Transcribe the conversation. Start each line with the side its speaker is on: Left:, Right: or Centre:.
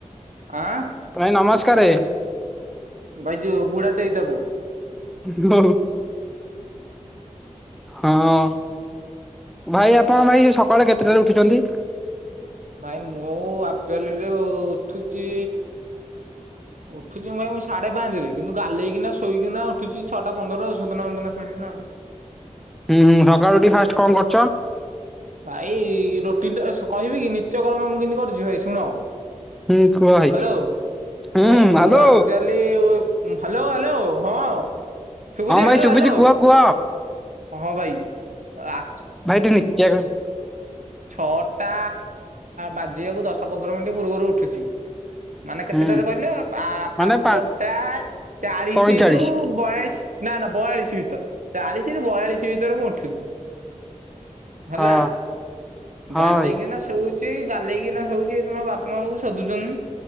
Right: ଆଁ
Centre: ଭାଇ ନମସ୍କାରେ।
Right: ଭାଇ ଯୋଉ ବୁଢାଟେ ହେଇଥବୁ।
Centre: ହଉ। ହଁ ହଁ ଭାଇ ଆପଣ ଭାଇ ସକାଳେ କେତେଟାରେ ଉଠୁଚନ୍ତି?
Right: ଭାଇ ମୁଁ ଆକ୍ଚୁଆଲିରେ ଉଠୁଛି। ଉଠୁଛି ମୁଁ ଭାଇ ମୁଁ ସାଢେ ପାଞ୍ଚ ରେ କିନ୍ତୁ ଗାଲେଇକିନା ଶୋଇକିନା ଉଠୁଛି ଛଟା ପନ୍ଦର ସୋଦନା ପୋଦନା ଶୁଣିକି ନା ଆଉ
Centre: ହୁଁ ହୁଁ ସକାଳୁଠି ଫାଷ୍ଟ କଣ କରୁଛ?
Right: ଭାଇ ରୋଟିନ ଟା କହିବି କି ନିତ୍ୟକର୍ମ ମୁଁ କେମିତି କରୁଛି ଭାଇ ଶୁଣ?
Centre: ହୁଁ କୁହ ଭାଇ?
Right: ହ୍ୟାଲୋ
Centre: ହୁଁ
Right: ଭାଇ ମୁଁ
Centre: ହ୍ୟାଲୋ
Right: ଆକ୍ଚୁଆଲି। ହ୍ୟାଲୋ ହ୍ୟାଲୋ ହଁ! ଶୁଭୁଛି?
Centre: ହଁ ଭାଇ
Right: ହ୍ୟାଲୋ ହ୍ୟାଲୋ।
Centre: କୁହ କୁହ
Right: ହଁ ଭାଇ ଆ
Centre: ଭାଇ ନିିତ୍ୟ କ
Right: ଛଅଟା ବାଜିବାକୁ ଦଶ ପନ୍ଦର ମିନିଟ୍ ପୂର୍ବରୁ ଉଠୁଛି। ମାନେ କେତେଟାରେ
Centre: ହୁଁ
Right: କହିଲେ
Centre: ମାନେ
Right: ପାଞ୍ଚଟା
Centre: ପା
Right: ଚାଳିଶରୁୁ
Centre: ପଇଁଚାଳିଶ
Right: ବୟାଲିସ୍ ନା ନା ବୟାଳିଶ ଭିତରେ ଚାଳିଶରୁ ବୟାଳିଶ ଭିତରେ ମୁଁ ଉଠୁବି ହେଲା।
Centre: ହଁ ହଁ
Right: ଗାଲେଇକି
Centre: ଭାଇ।
Right: ନା ଶୋଉଛି ଗାଲେଇକି ନା ଶୋଉଛି ତମ ବାପା ମା ବା ଶୋଧୁଛନ୍ତି।